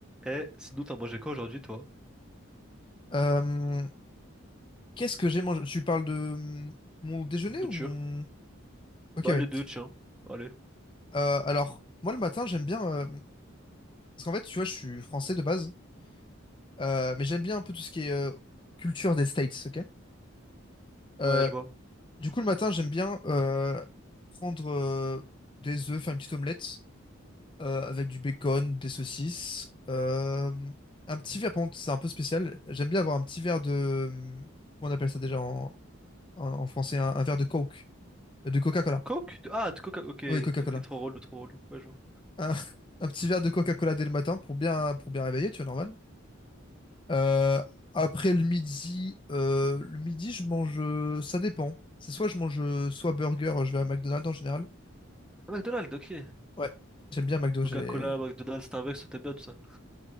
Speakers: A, in the centre; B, on the left.
A: Eh, sinon, t'as mangé quoi aujourd'hui, toi?
B: Euh, qu'est-ce que j'ai mangé? Tu parles de hum, mon déjeuner
A: Nourriture.
B: ou mon... Ok,
A: Bah,
B: oui.
A: les deux, tiens. Allez.
B: Euh, alors, moi, le matin, j'aime bien... euh, Parce qu'en fait, tu vois, je suis français de base, euh, mais j'aime bien un peu tout ce qui est euh, culture des States, ok? Euh,
A: Ouais, je vois.
B: du coup, le matin, j'aime bien euh, prendre euh, des œufs, faire une petite omelette euh, avec du bacon, des saucisses, euh, un petit verre, par contre, c'est un peu spécial. J'aime bien avoir un petit verre de... hum, Comment on appelle ça déjà en, en- en français? Un, un verre de Coke, de Coca-Cola.
A: Coke? Ah, de Coca. Ok,
B: Oui, Coca-Cola.
A: ok, trop relou, trop relou. Ouais, je vois.
B: un, un petit verre de Coca-Cola dès le matin pour bien, pour bien réveiller, tu vois, normal. Euh, après le midi, euh, le midi, je mange, euh, ça dépend. C'est soit je mange euh, soit burger, euh, je vais à McDonald's en général.
A: Ah, McDonald's, ok.
B: Ouais, j'aime bien McDo.
A: Coca-Cola,
B: J'ai
A: McDonald's, Starbucks, ça t'aime bien tout ça.